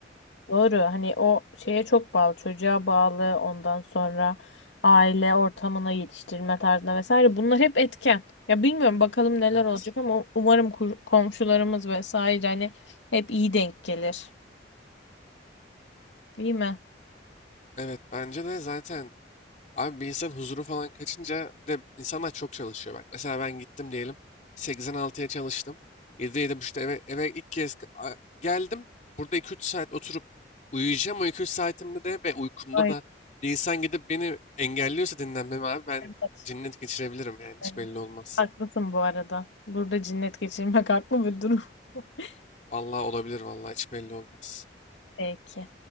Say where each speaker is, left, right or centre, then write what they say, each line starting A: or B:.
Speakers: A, on the left (about 80°); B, on the left (about 40°).
A: Doğru. Hani o şeye çok bağlı, çocuğa bağlı, ondan sonra aile ortamına yetiştirme tarzına vesaire. Bunlar hep etken. Ya bilmiyorum bakalım neler
B: Evet.
A: olacak ama umarım kur- komşularımız vesaire hani hep iyi denk gelir. Değil mi?
B: Evet bence de zaten abi bir insan huzuru falan kaçınca bir de insanlar çok çalışıyor bak. Mesela ben gittim diyelim 86'ya çalıştım. 7'de 7.30'da eve, eve ilk kez a- geldim. Burada 2-3 saat oturup uyuyacağım. O 2-3 saatimde de ve uykumda
A: Aynen.
B: da bir insan gidip beni engelliyorsa dinlenmemi abi ben
A: Evet.
B: cinnet geçirebilirim yani hiç
A: Evet.
B: belli olmaz.
A: Haklısın bu arada. Burada cinnet geçirmek haklı bir durum. <laughs>
B: Vallahi olabilir vallahi hiç belli olmaz.
A: Peki.